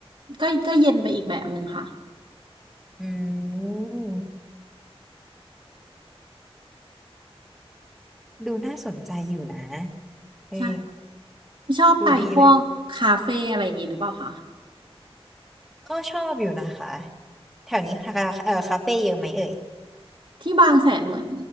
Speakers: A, on the right; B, in the centre.
A: ก็ก็เย็นไปอีกแบบหนึ่งค่ะ
B: อืมดูน่าสนใจอยู่นะเออ
A: ใช่ชอบไปพวกคาเฟ่อะไรอย่างงี้หรือเปล่าคะ
B: ดูดีเลยก็ชอบอยู่นะคะแถวนี้คาเออคาเฟ่เยอะไหมเอ่ย
A: ที่บางแสนเหมือน